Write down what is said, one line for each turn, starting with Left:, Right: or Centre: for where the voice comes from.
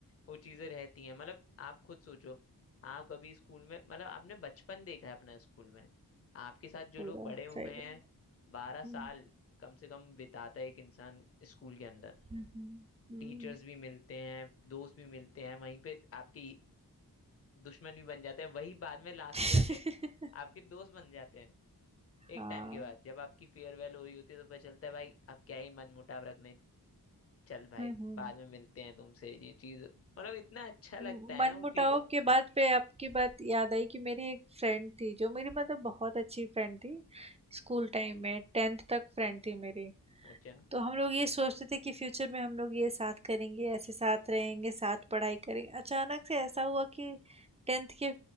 Left: वो चीजें रहती हैं मतलब आप खुद सोचो आप कभी स्कूल में मतलब आपने बचपन देखा है अपना स्कूल में आपके साथ जो
Right: पूरा,
Left: लोग बड़े हुए
Right: सही
Left: हैं
Right: बात।
Left: बारह साल
Right: हुँ,
Left: कम से कम बिताता है एक इंसान स्कूल के अंदर
Right: हुँ, हुँ। हुँ।
Left: टीचर्स भी मिलते हैं दोस्त भी मिलते हैं वहीं पे आपकी दुश्मन भी बन जाते हैं वही बाद में लास्ट
Right: <laughs>
Left: में जाके आपके दोस्त बन जाते हैं
Right: हाँ।
Left: एक टाइम के बाद जब आपकी फेयरवेल हो रही होती है तो पता चलता है भाई अब क्या ही मनमुटाव रखने चल भाई
Right: हुँ, हुँ।
Left: बाद में मिलते हैं तुमसे ये चीज मतलब इतना अच्छा लगता
Right: उम,
Left: है
Right: मनमुटाव
Left: ना वो चीज
Right: के बात पे आपकी बात याद आई कि मेरी एक फ्रेंड थी जो मेरी मतलब बहुत अच्छी फ्रेंड थी। स्कूल टाइम में 10th तक फ्रेंड थी मेरी।
Left: अच्छा
Right: तो हम लोग ये सोचते थे कि फ्यूचर में हम लोग ये साथ करेंगे ऐसे साथ रहेंगे साथ पढ़ाई करेंगे अचानक से ऐसा हुआ कि टेंथ के